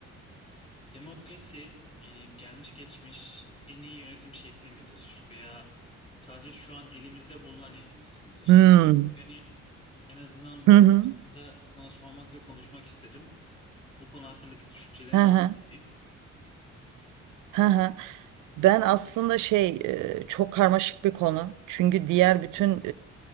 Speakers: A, on the left; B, on the right.
A: demokrasi yani gelmiş geçmiş en iyi yönetim şekli midir? Şu- Veya sadece şu an elimizde bulunan en iyisi midir?
B: Hmm.
A: Yani en azından bu
B: Hı
A: konuda
B: hı.
A: sana sormak ve konuşmak istedim. Bu konu hakkındaki düşüncelerini
B: Hı
A: alabilir
B: hı.
A: miyim?
B: Hı hı. Ben aslında şey e, çok karmaşık bir konu. Çünkü diğer bütün